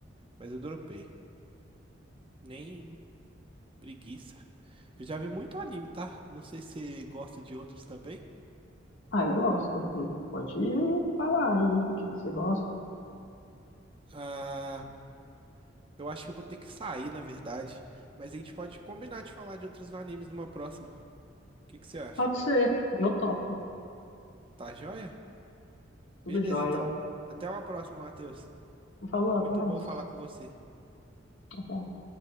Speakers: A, on the right (about 30°); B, on the left (about 85°).
A: mas eu dropei. Nem preguiça. Eu já vi muito anime, tá? Não sei se você gosta de outros também.
B: Ah, eu gosto. hum, Pode falar aí do que que você gosta.
A: Ah, eu acho que eu vou ter que sair, na verdade, mas a gente pode combinar de falar de outros animes numa próxima. O que que você acha?
B: Pode ser, eu topo,
A: Tá joia?
B: tudo
A: Beleza,
B: jóia.
A: então. Até uma próxima, Matheus.
B: Falou,
A: Muito
B: até mais.
A: bom falar com você.
B: Até.